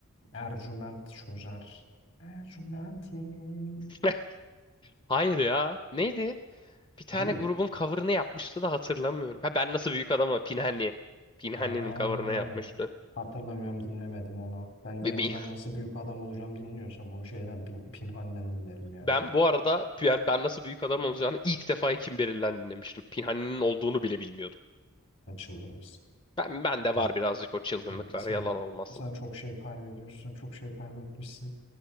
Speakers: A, on the left; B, on the left.
A: Ercüment çözer. Ercümentim.
B: <laughs> Hayır ya. Neydi? Bir tane
A: Değil miydi?
B: grubun cover'ını yapmıştı da hatırlamıyorum. Ha ben nasıl büyük adamım? Pinhani. Pinhani'nin
A: Ha,
B: cover'ını yapmıştı.
A: hatırlamıyorum dinlemedim onu. Ben yani
B: Ve bi-
A: ben nasıl büyük adam olacağım dinliyorsam onu şeyden Pin- Pinhani'den dinlerim ya.
B: Ben bu arada yani ben nasıl büyük adam olacağını ilk defa Kim Beril'den dinlemiştim. Pinhani'nin olduğunu bile bilmiyordum.
A: Ben çıldırırım.
B: Ben, ben de
A: Sen,
B: var birazcık o çılgınlıklar
A: sen, sen,
B: yalan olmasın.
A: sen çok şey kaybediyorsun. Çok şey kaybetmişsin.